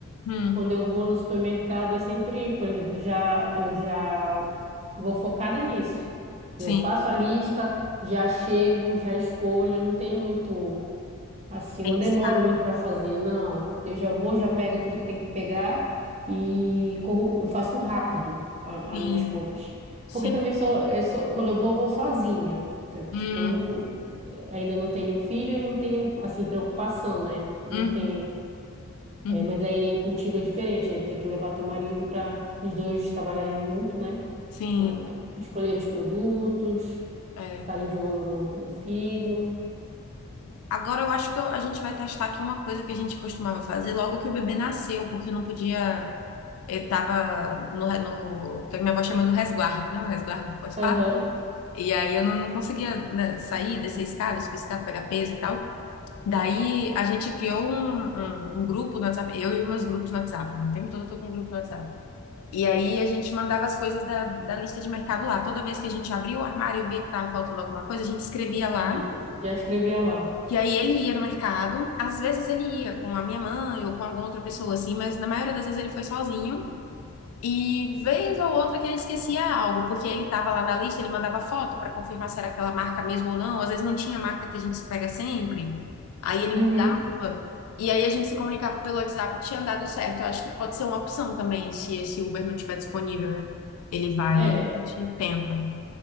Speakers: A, on the left; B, on the right.
A: hum,
B: Quando eu vou no supermercado, eu sempre, por exemplo, já eu já vou focada nisso. Eu
A: sim,
B: faço a lista, já chego, já escolho, não tem muito assim,
A: pensar.
B: não demoro muito para fazer, não. Eu já vou, já pego tudo que tem que pegar e corro, eu faço rápido a-
A: Sim,
B: as minhas compras.
A: sim.
B: Porque também sou, eu sou- quando eu vou, eu vou sozinha. T-
A: Hum,
B: Tipo, eu não, ainda não tenho filho e não tenho assim preocupação, né? Não
A: uhum,
B: tem
A: uhum,
B: é, mas aí contigo é diferente, aí tem que levar teu marido para os dois trabalharem junto, né?
A: sim.
B: Na- Escolher os produtos,
A: é.
B: ficarem de ouro no, no filho.
A: Agora eu acho que eu- a gente vai testar aqui uma coisa que a gente costumava fazer logo que o bebê nasceu, porque não podia. Ele estava no, re- no. que a Minha avó chama do resguardo, né? O resguardo pós
B: Aham,
A: E aí eu não, não conseguia, né, sair, descer a escada, subir a escada, pegar peso e tal. Daí a gente criou um, um, um grupo no WhatsApp, eu e os meus grupos no WhatsApp, né? O tempo todo eu tô com um grupo no WhatsApp. E aí a gente mandava as coisas da, da lista de mercado lá. Toda vez que a gente abria o armário e via que tava faltando alguma coisa, a gente escrevia lá.
B: e- Já escrevia lá.
A: E aí ele ia no mercado, às vezes ele ia com a minha mãe ou com alguma outra pessoa assim, mas na maioria das vezes ele foi sozinho. E vez ou outra que ele esquecia algo, porque ele estava lá na lista, ele mandava foto para confirmar se era aquela marca mesmo ou não. Às vezes não tinha a marca que a gente pega sempre. Aí ele
B: Uhum.
A: mudava. E aí a gente se comunicava pelo WhatsApp, tinha dado certo. Eu acho que pode ser uma opção também, se esse Uber não estiver disponível, né? Ele vai
B: É,
A: e a gente tenta.